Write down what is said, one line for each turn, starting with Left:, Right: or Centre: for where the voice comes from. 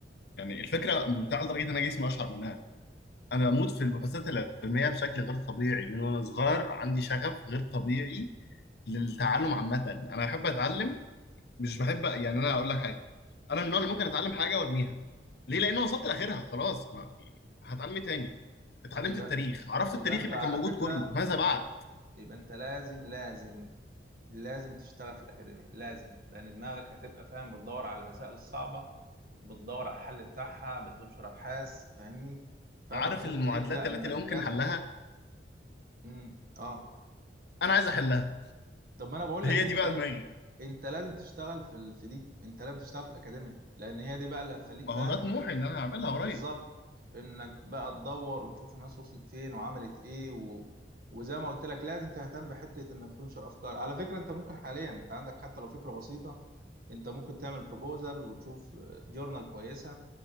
Left: يعني الفكره ممتعه لدرجه ان انا جسمي اشعر منها انا بموت في البحوثات العلميه بشكل غير طبيعي من وانا صغير عندي شغف غير طبيعي للتعلم عامه انا بحب اتعلم مش بحب يعني انا اقول لك حاجه انا من النوع اللي ممكن اتعلم حاجه وارميها ليه لان أنا وصلت لاخرها خلاص ما هتعلم إيه تاني اتعلمت
Right: يبقى
Left: التاريخ عرفت التاريخ
Right: يبقى انت
Left: اللي
Right: على
Left: كان موجود
Right: فكرة
Left: كله ماذا بعد
Right: يبقى انت لازم لازم لازم تشتغل في الأكاديمية لازم لأن دماغك هتبقى فاهم بتدور على المسائل الصعبة بتدور على الحل بتاعها بتنشر أبحاث فاهمني فأنا
Left: عارف
Right: نصيحتي
Left: المعادلات
Right: ليك لا
Left: التي
Right: إنك
Left: لا يمكن
Right: لازم
Left: حلها
Right: امم اه
Left: انا عايز احلها
Right: طب ما أنا بقول
Left: هي
Right: لك أنت
Left: دي بقى دماغي
Right: أنت لازم تشتغل في ال... في دي أنت لازم تشتغل في الأكاديمية لأن هي دي بقى اللي هتخليك
Left: ما
Right: فاهم
Left: هو ده طموحي ان انا هعملها قريب
Right: بالظبط انك بقى تدور وتشوف الناس وصلت فين وعملت ايه و... وزي ما قلت لك لازم تهتم بحتة انك تنشر افكار على فكرة انت ممكن حاليا انت عندك حتى لو فكرة بسيطة انت ممكن تعمل بروبوزل وتشوف جورنال كويسة